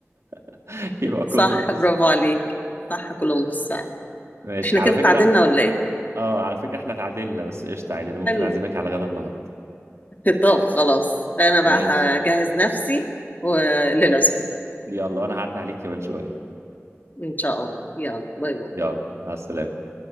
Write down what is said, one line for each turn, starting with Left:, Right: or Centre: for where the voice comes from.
Right: <laughs> يبقى كولومبوس
Left: صح برافو عليك صح كولومبوس فعلا
Right: ماشي
Left: احنا
Right: على
Left: كده
Right: فكرة
Left: اتعادلنا ولا ايه
Right: اه على فكرة احنا اتعادلنا بس قشطة عادي انا ممكن
Left: حلو
Right: اعزمك على غدا النهاردة
Left: <laughs> طب خلاص انا بقى
Right: ماشي
Left: هجهز نفسي و- للعزومة
Right: يلا وانا هعدي عليك كمان شوية
Left: ان شاء الله يلا باي باي
Right: يلا مع السلامة